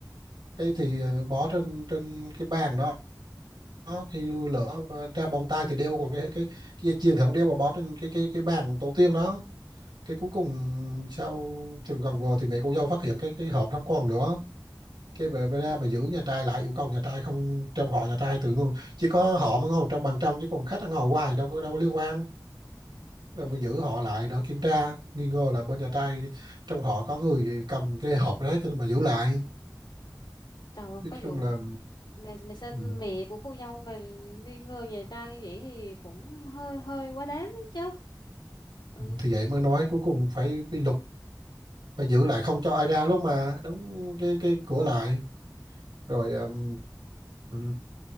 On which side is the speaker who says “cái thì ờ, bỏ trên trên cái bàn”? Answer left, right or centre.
Right